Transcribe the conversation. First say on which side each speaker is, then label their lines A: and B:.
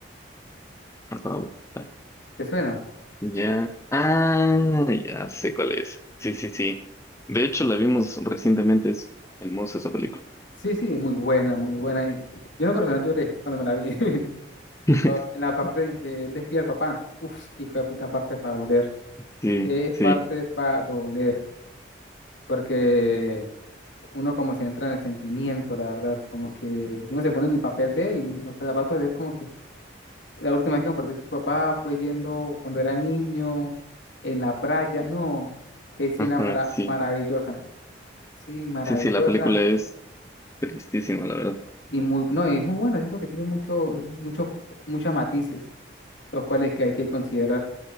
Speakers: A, on the left; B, on the left.
A: About time.
B: ¿Te suena?
A: Ya. Ah, ya sé cuál es. Sí, sí, sí. De hecho, la vimos recientemente. Es hermosa esa película.
B: Sí, sí, es muy buena, muy buena. y Yo en lo personal lloré cuando me la vi. <laughs>
A: <laughs>
B: En la parte en que él despide al papá. Uf, qué hijo de puta parte para doler.
A: Sí,
B: Qué
A: sí.
B: parte para doler. Porque uno como se entra en el sentimiento, la verdad. Como que uno se pone en el papel de él, los zapatos de él. Como que la última vez que compartí con tu papá fue yendo cuando era niño, en la playa. No, qué escena
A: Ajá,
B: para
A: sí.
B: maravillosa. Sí, maravillosa.
A: Sí, sí, la película es tristísima, la verdad.
B: Y muy, no, y es muy bueno. Siento que tiene mucho, muchos muchos matices, los cuales que hay que considerar.